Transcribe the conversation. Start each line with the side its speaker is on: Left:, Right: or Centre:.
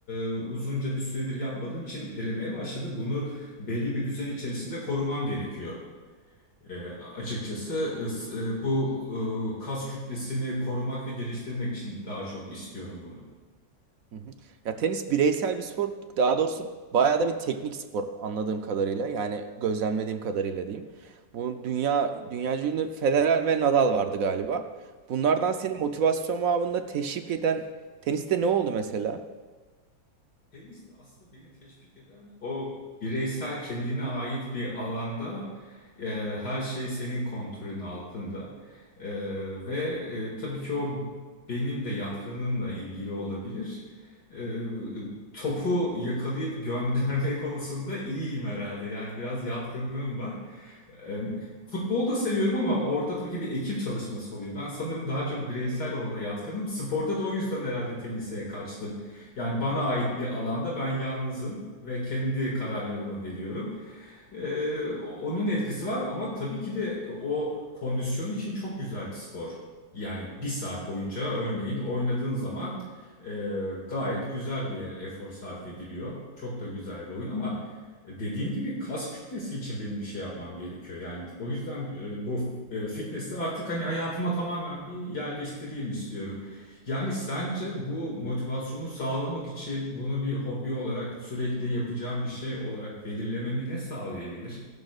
Left: e, uzunca bir süredir yapmadığım için erimeye başladı. Bunu belli bir düzen içerisinde korumam gerekiyor. E, açıkçası
Right: Hı
Left: e, s- e, bu e, kas kütlesini korumak ve geliştirmek için daha çok istiyorum bunu.
Right: hı. Ya tenis bireysel bir spor. Daha doğrusu bayağı da bir teknik spor anladığım kadarıyla. Yani gözlemlediğim kadarıyla diyeyim. Bu dünya dünyaca ünlü Federer ve Nadal vardı galiba. Bunlardan seni motivasyon babında teşvik eden teniste ne oldu mesela?
Left: Tenis de aslında beni teşvik eden o bireysel kendine ait bir alanda e, her şey senin kontrolün altında. E, ve e, tabii ki o benim de yatkınlığımla ilgili olabilir. E, topu yakalayıp gönderme <laughs> konusunda iyiyim herhalde. Yani biraz yatkınlığım var. E, futbolu da seviyorum ama orada tabii ki bir ekip çalışması oluyor. Ben sanırım daha çok bireysel olana yatkınım. Sporda da o yüzden herhalde tenise kaçtım. Yani bana ait bir alanda ben yalnızım ve kendi kararlarımı veriyorum. E, onun etkisi var ama tabii ki de o kondisyon için çok güzel bir spor. Yani bir saat boyunca örneğin oynadığın zaman e, gayet güzel bir efor sarf ediliyor. Çok da güzel bir oyun ama e, Dediğin gibi kas kütlesi için benim bir şey yapmam gerekiyor. Yani o yüzden e, bu e, fitness'i artık hani hayatıma tamamen bir yerleştireyim istiyorum. Yani sence bu motivasyonu sağlamak için bunu bir hobi olarak sürekli yapacağım bir şey olarak belirlememi ne sağlayabilir?